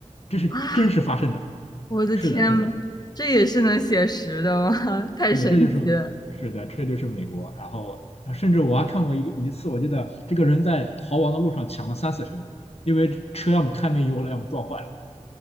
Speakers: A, on the left (about 55°); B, on the left (about 35°).
A: 这是真实发生的。
B: 啊，我的天，
A: 是的，是的，
B: 这也是能写实的吗？<laughs> 太神奇了。
A: 对，这就是是的，这就是美国。然后啊甚至我还看过一个一次，我记得这个人在逃亡的路上抢了三四车，因为车要么开没油了，要么撞坏了，